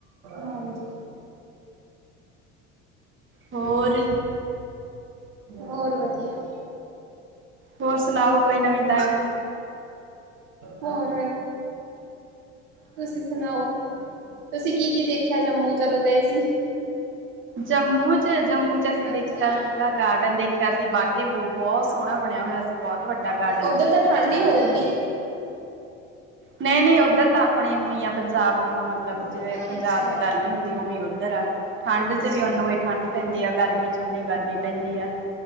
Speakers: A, on the right; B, on the right.
A: ਹਾਂਜੀ।
B: ਹੋਰ?
A: ਹੋਰ ਵਧੀਆ।
B: ਹੋਰ ਸੁਣਾਓ ਕੋਈ ਨਵੀਂ ਤਾਜ਼ੀ।
A: ਹੋਰ ਤੁਸੀਂ ਸੁਣਾਓ ਤੁਸੀਂ ਕੀ ਕੀ ਦੇਖਿਆ ਜੰਮੂ ਜਦੋਂ ਗਏ ਸੀ।
B: ਜੰਮੂ ਚ ਜੰਮੂ ਚ ਅਸੀਂ
A: ਹਾਂਜੀ
B: ਦੇਖਿਆ ਸੀਗਾ ਗਾਰਡਨ ਦੇਖਿਆ ਸੀ ਬਾਗੇ ਬਹੂ ਬਹੁਤ ਸੋਹਣਾ ਬਣਿਆ ਹੋਇਆ ਸੀ। ਬਹੁਤ ਵੱਡਾ ਗਾਰਡਨ।
A: ਓਧਰ
B: ਸੀ
A: ਤਾਂ ਠੰਢ ਹੀ ਹੋਊਗੀ।
B: ਨਹੀਂ, ਨਹੀਂ ਉੱਧਰ ਤਾਂ ਆਪਣੇ ਵਾਂਗੂ ਹੀ ਆ। ਪੰਜਾਬ ਮਤਲਬ
A: ਅੱਛਾ।
B: ਜਿਵੇਂ ਪੰਜਾਬ ਚ ਗਰਮੀ ਹੁੰਦੀ ਉਵੇਂ ਉੱਧਰ ਆ ਠੰਡ ਚ
A: ਅੱਛਾ
B: ਵੀ ਉਹਨੂੰ ਉ। ਠੰਡ ਪੈਂਦੀ ਆ ਗਰਮੀ ਚ ਓਨੀ ਗਰਮੀ ਪੈਂਦੀ ਆ।